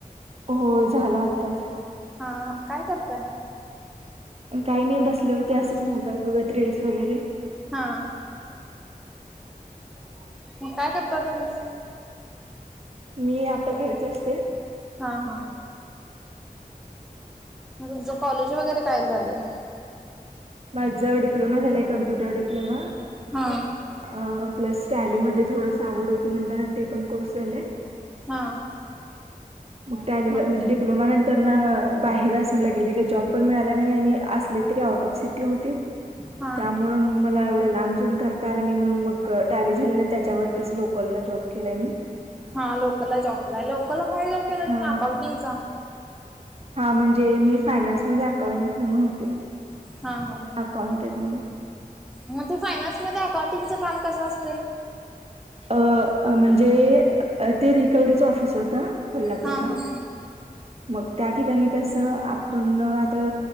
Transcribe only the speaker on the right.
होय. झाल आत्ताच.
काही नाही बसले होते असंच मोबाईल बघत रीलस वगैरे.
ह <unintelligible>
मी आता घरीच असते.
माझ डिप्लोमा झालाय. Computer diploma.
अ प्लस टॅलीमध्ये थोडस आवड होती म्हणताना ते पण कोर्स झालाय.
मग टँली
ला म्हणजे डप्लोमा तरना बाहेर असं लगे लगेच जॉब पण मिळाला नाही आणि असले तरी आउट ऑफ सिटी ती होतीत
त्यामुळ मग मला एवढं लांब जाऊन करता आलं नाही म्हणून मग टँली झालेलं त्याच्यावरतीच लोकलला जॉब केलाय मी.
हा
हा म्हणजे मी फायनान्समध्ये अकाउंट म्हणून होते.
अकाउंटेंट म्हणून.
अ म्हणजे ते रिकव्हरीच ऑफिस होत. आता कोल्हापूरला
मग त्या ठिकाणी कसं आपण आता